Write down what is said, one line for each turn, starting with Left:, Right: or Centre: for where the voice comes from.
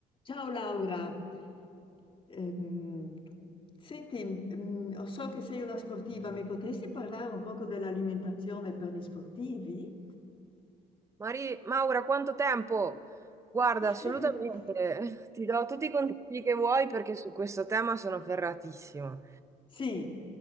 Left: Ciao Laura, Ehm, senti, mm, mm, so che sei una sportiva, mi potresti parlare un poco dell'alimentazione per gli sportivi?
Right: Mari- Maura, quanto tempo? Guarda,
Left: <laughs>
Right: assolutamente, <laughs> ti do tutti i consigli che vuoi perché su questo tema sono ferratissima.
Left: Sì,